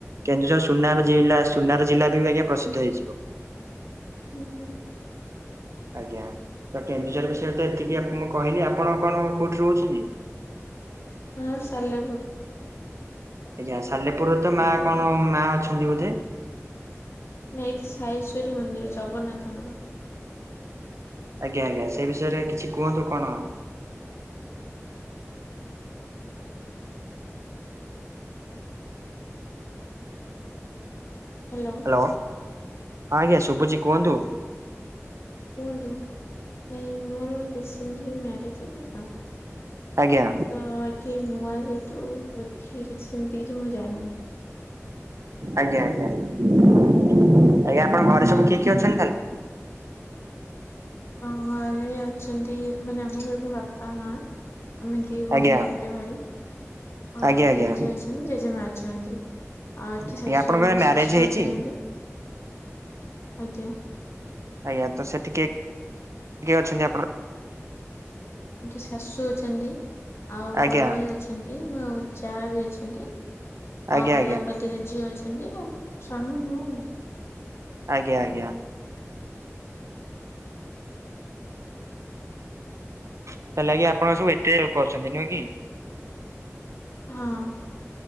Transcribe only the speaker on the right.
କେନ୍ଦୁଝର ସୁନା ଜିଲ୍ଲା ସୁନାର ଜିଲ୍ଲା ବି ଆଜ୍ଞା ପ୍ରସିଦ୍ଧ ହେଇଯିବ।
ଆଜ୍ଞା। ତ କେନ୍ଦୁଝର ବିଷୟରେ ତ ଏତିକି ମୁଁ କହିଲି। ଆପଣ କଣ କୋଉଠି ରହୁଛନ୍ତି?
ଆଜ୍ଞା। ସାଲେପୁରରେ ତ ମା କଣ ମା ଅଛନ୍ତି ବୋଧେ?
ଆଜ୍ଞା ଆଜ୍ଞା। ସେ ବିଷୟରେ କିଛି କୁହନ୍ତୁ କଣ।
ହାଲୋ। ହଁ ଆଜ୍ଞା ଶୁଭୁଚି କୁହନ୍ତୁ।
ଆଜ୍ଞା।
ଆଜ୍ଞା ଆଜ୍ଞା। ଆଜ୍ଞା ଆପଣ ଘରେ ସବୁ କିଏ କିଏ ଅଛନ୍ତି ତାହେଲେ?
ଆଜ୍ଞା
ଆଜ୍ଞା ଆଜ୍ଞା
ଆଜ୍ଞା
ଆପଣଙ୍କର
ମ୍ୟାରେଜ
ହେଇଛି?
ଆଜ୍ଞା। ତ ସେଠି କେ କିଏ ଅଛନ୍ତି ଆପଣ
ଆଜ୍ଞା
ଆଜ୍ଞା
ଆଜ୍ଞା
ଆଜ୍ଞା ଆଜ୍ଞା। ତାଲେଗି ଆପଣ ସବୁ ଏତେ ଲୋକ ଅଛନ୍ତି ନୁହେଁ କି?